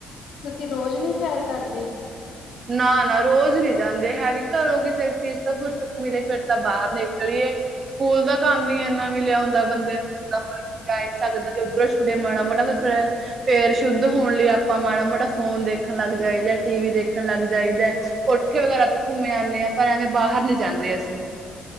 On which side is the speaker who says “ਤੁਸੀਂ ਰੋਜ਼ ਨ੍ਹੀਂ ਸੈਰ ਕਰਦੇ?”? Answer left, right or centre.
Left